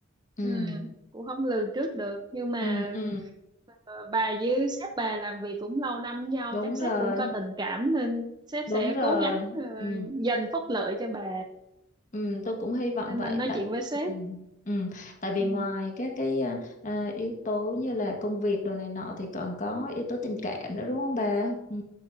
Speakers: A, on the left; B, on the right.
A: ừ
B: ừ cũng không lường trước được nhưng mà
A: ừ ừ
B: ờ, bà với sếp bà làm việc cũng lâu năm với nhau
A: đúng
B: chắc
A: rồi
B: sếp cũng có tình cảm nên sếp
A: đúng
B: sẽ
A: rồi
B: cố gắng ờ,
A: ừ
B: dành phúc lợi cho bà
A: Ừ, tôi cũng hy vọng
B: nên
A: vậy
B: anh nói
A: tại
B: chuyện với sếp
A: ừ, ừ, tại vì
B: ừ,
A: ngoài các cái à, à, yếu tố như là công việc đồ này nọ thì còn có yếu tố tình cảm nữa đúng không bà? Ừ.